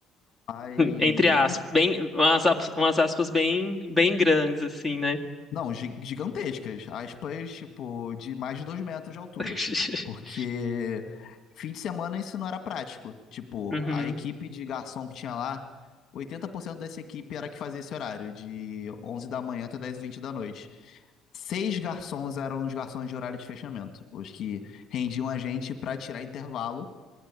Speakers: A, on the left; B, in the centre.
A: Mas
B: Entre aspas.
A: não
B: Bem, umas, ap- umas aspas bem, bem grandes, assim, né?
A: Não, gi- gigantescas. Aspas, tipo, de mais de dois metros de altura.
B: <laughs>
A: Porque fim de semana isso não era prático. Tipo,
B: Uhum,
A: a equipe de garçom que tinha lá, 80% dessa equipe era que fazia esse horário, de 11 da manhã até 10 e 20 da noite. Seis garçons eram os garçons de horário de fechamento, os que rendiam a gente pra tirar intervalo